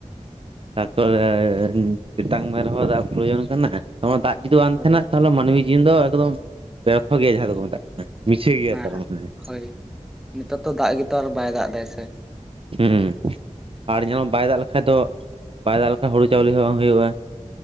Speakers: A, on the right; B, in the centre.
A: ᱛᱟᱨᱯᱚᱨ ᱛᱮᱛᱟᱝ ᱢᱮ ᱨᱮᱦᱚᱸ ᱫᱟᱜ ᱯᱨᱚᱭᱳᱡᱚᱱ ᱠᱟᱱᱟ ᱱᱚᱣᱟ ᱫᱟᱜ ᱡᱩᱫᱤ ᱵᱟᱝ
B: ᱦᱳᱭ
A: ᱛᱟᱦᱮᱱᱟ ᱛᱟᱦᱚᱞᱮ ᱢᱟᱹᱱᱢᱤ ᱡᱤᱭᱚᱱ ᱫᱚ ᱮᱠᱫᱚᱢ ᱵᱮᱨᱛᱷᱚ ᱜᱮᱭᱟ ᱡᱟᱦᱟᱸ ᱫᱚᱠᱩ ᱢᱮᱛᱟᱜ ᱠᱟᱱᱟ ᱢᱤᱪᱟᱹ ᱜᱮᱭᱟ
B: ᱦᱮᱸ
A: ᱛᱟᱨ ᱢᱟᱱᱮ᱾
B: ᱦᱳᱭ ᱱᱮᱛᱟᱨ ᱛᱚ ᱫᱟᱜ ᱜᱮᱛᱚ ᱟᱨᱚ ᱵᱟᱭ ᱫᱟᱜ ᱮᱫᱟᱭ ᱥᱮ
A: ᱦᱩᱸ ᱟᱨ <unintelligible> ᱵᱟᱭ ᱫᱟᱜ ᱞᱮᱠᱷᱟᱡ ᱫᱚ, ᱵᱟᱭ ᱫᱟᱜ ᱞᱮᱠᱷᱟᱱ ᱦᱩᱲᱩ ᱪᱟᱣᱞᱮ ᱦᱚᱸ ᱵᱟᱝ ᱦᱩᱭᱩᱜᱼᱟ᱾